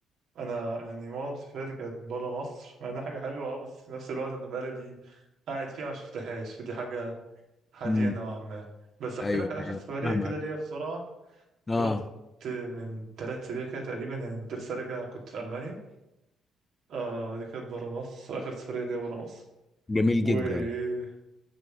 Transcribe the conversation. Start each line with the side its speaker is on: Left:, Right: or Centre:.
Right: أنا يعني معظم سفرياتي كانت برا مصر مع إنها حاجة حلوة أه بس في نفس الوقت أنا بلدي قاعد فيها ما شفتهاش فدي حاجة حزينة
Left: مم.
Right: نوعا ما بس أحكي
Left: ايوه
Right: لك عن آخر
Left: ايوه
Right: سفرية
Left: فاهمك
Right: كده ليا بسرعة
Left: اه
Right: رحت من تلات أسابيع كده تقريبا يعني كنت لسه راجع كنت في ألمانيا آه دي كانت برا مصر آخر سفرية ليا برا مصر
Left: جميل
Right: وهناك
Left: جدا